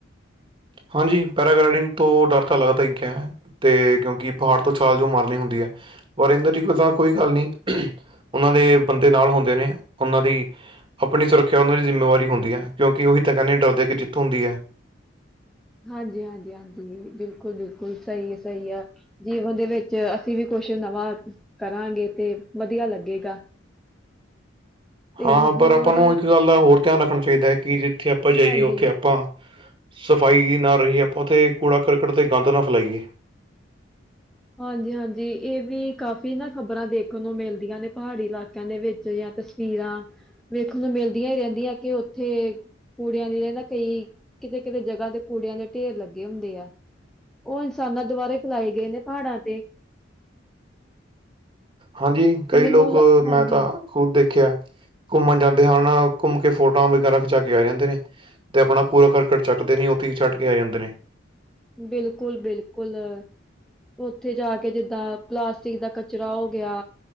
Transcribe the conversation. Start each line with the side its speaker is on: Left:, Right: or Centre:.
Right: ਹਾਂਜੀ, ਪੈਰਾਗਲਾਈਡਿੰਗ ਤੋਂ ਡਰ ਤਾਂ ਲੱਗਦਾ ਈ ਐ। ਤੇ ਕਿਉਂਕਿ ਪਹਾੜ ਤੋਂ ਛਾਲ ਜੋ ਮਰਨੀ ਹੁੰਦੀ ਐ। ਪਰ ਇੰਦਰ ਜੀ ਕੋ ਤਾਂ ਕੋਈ ਗੱਲ ਨੀ, ਉਹਨਾਂ ਦੇ ਬੰਦੇ ਨਾਲ ਹੁੰਦੇ ਨੇ। ਉਹਨਾਂ ਦੀ ਆਪਣੀ ਸੁਰੱਖਿਆ ਉਹਨਾਂ ਦੀ ਜ਼ਿੰਮੇਵਾਰੀ ਹੁੰਦੀ ਐ। ਕਿਉਂਕਿ ਉਹੀ ਤਾਂ ਕਹਿੰਦੇ ਆ ਡਰ ਦੇ ਅੱਗੇ ਜਿੱਤ ਹੁੰਦੀ ਐ।
Centre: ਹਾਂਜੀ- ਹਾਂਜੀ ਹਾਂਜੀ ਬਿਲਕੁਲ ਬਿਲਕੁਲ -ਬਿਲਕੁਲ ਸਹੀ ਆ ਸਹੀ ਆ। ਜੀਵਨ ਦੇ ਵਿੱਚ ਅਸੀਂ ਵੀ ਕੁਛ ਨਵਾਂ ਕਰਾਂਗੇ। ਤੇ ਵਧੀਆ ਲੱਗੇਗਾ। ਤੇ
Right: ਹਾਂ
Centre: ਹੋਰ
Right: ਪਰ ਆਪਾਂ ਨੂੰ ਇੱਕ ਗੱਲ ਦਾ ਹੋਰ ਧਿਆਨ ਰੱਖਣਾ ਚਾਹੀਦਾ। ਕਿ ਜਿੱਥੇ ਆਪਾਂ ਜਾਈਏ
Centre: ਹਾਂਜੀ,
Right: ਉੱਥੇ ਆਪਾਂ ਸਫਾਈ ਜਾ ਨਾ ਰਹੀਏ ਆਪਾਂ ਉੱਥੇ ਕੂੜਾ ਕਰਕਟ ਤੇ ਗੰਦ ਨਾ ਫੈਲਾਈ ਐ।
Centre: ਹਾਂਜੀ ਹਾਂਜੀ। ਇਹ ਵੀ ਕਾਫ਼ੀ ਨਾ ਖ਼ਬਰਾਂ ਦੇਖਣ ਨੂੰ ਮਿਲਦੀਆਂ ਨੇ। ਪਹਾੜੀ ਇਲਾਕਿਆਂ ਦੇ ਵਿੱਚ ਜਾਂ ਤ ਤਸਵੀਰਾਂ ਵੇਖਣ ਨੂੰ ਮਿਲਦੀਆਂ ਹੀ ਰਹਿੰਦੀਆਂ। ਕਿ ਉੱਥੇ ਕੂੜਿਆਂ ਦੇ ਨਾ ਕਈ ਕਿਤੇ-ਕਿਤੇ ਜਗ੍ਹਾ ਤੇ ਕੂੜਿਆਂ ਦੇ ਢੇਰ ਲੱਗੇ ਹੁੰਦੇ ਆ। ਉਹ ਇਨਸਾਨਾਂ ਦੁਬਾਰੇ ਫੈਲਾਏ ਗਏ ਨੇ ਪਹਾੜਾਂ ਤੇ।
Right: ਹਾਂਜੀ, ਕਈ
Centre: ਤੇ ਮੈਨੂੰ
Right: ਲੋਕ
Centre: ਲ
Right: ਮੈਂ
Centre: ਹਾਂਜੀ
Right: ਤਾਂ ਖੁਦ ਦੇਖਿਆ। ਘੁੰਮਣ ਜਾਂਦੇ ਹਨ। ਘੁੰਮ ਕੇ ਫੋਟੋ ਵਗੈਰਾ ਖਿਚਾ ਕੇ ਆ ਜਾਂਦੇ ਨੇ। ਤੇ ਆਪਣਾ ਕੂੜਾ ਕਰਕਟ ਚੱਕਦੇ ਨੀ। ਉੱਥੇ ਹੀ ਛੱਡ ਕੇ ਆ ਜਾਂਦੇ ਨੇ।
Centre: ਬਿਲਕੁਲ ਬਿਲਕੁਲ। ਉੱਥੇ ਜਾ ਕੇ ਜਿੱਦਾਂ ਪਲਾਸਟਿਕ ਦਾ ਕਚਰਾ ਹੋ ਗਿਆ।